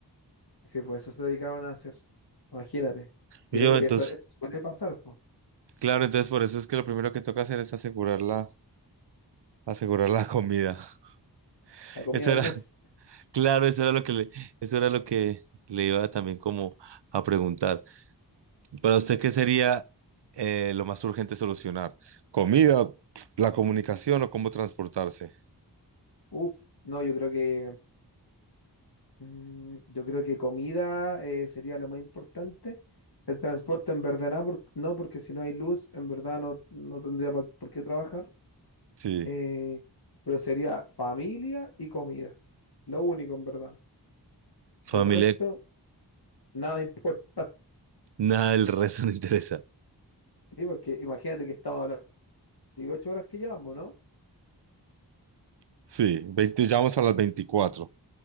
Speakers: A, on the left (about 60°); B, on the right (about 75°).
A: Sí, pues eso se dedicaban a hacer, imagínate. Yo
B: yo
A: creo
B: entonces,
A: que eso, eso suele pasar, po,
B: claro, entonces por eso es que lo primero que toca hacer es asegurar la, asegurar la comida. <laughs>
A: la comida
B: Eso
A: del
B: era
A: mes.
B: Claro, eso era lo que le, eso era lo que le iba también como a preguntar. Para usted, ¿qué sería eh, lo más urgente solucionar? ¿Comida, la comunicación o cómo transportarse?
A: Uf, no, yo creo que Mm, yo creo que comida eh, sería lo más importante. El transporte en verdad no, por- no, porque si no hay luz, en verdad no, no tendría pa- por qué trabajar.
B: Sí,
A: Eh, pero sería familia y comida. Lo único, en verdad.
B: familia,
A: El resto, nada importa. <laughs>
B: nada del resto no interesa.
A: Sí, porque imagínate que estamos hablando de 18 horas que llevamos, ¿no?
B: Sí, 20, ya vamos a las 24.